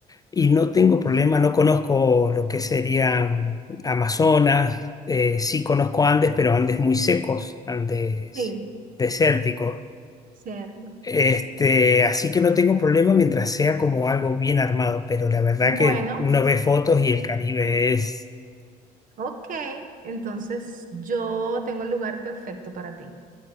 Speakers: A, on the left (about 20°); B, on the right (about 55°).
A: y no tengo problema, no conozco lo que sería Amazonas, eh, sí conozco Andes, pero Andes muy secos, Andes
B: sí,
A: desérticos.
B: cierto.
A: Este, así que no tengo problema mientras sea como algo bien armado, pero la verdad
B: Bueno,
A: que uno ve fotos y el Caribe es,
B: ok, entonces yo tengo el lugar perfecto para ti.